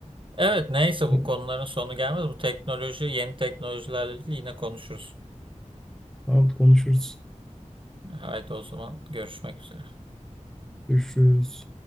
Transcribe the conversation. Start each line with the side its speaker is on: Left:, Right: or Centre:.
Right: Evet neyse bu
Centre: evet,
Right: konuların sonu gelmez. Bu teknoloji, yeni teknolojilerle ilgili yine konuşuruz.
Centre: tamam konuşuruz.
Right: Haydi o zaman görüşmek üzere.
Centre: Görüşürüz.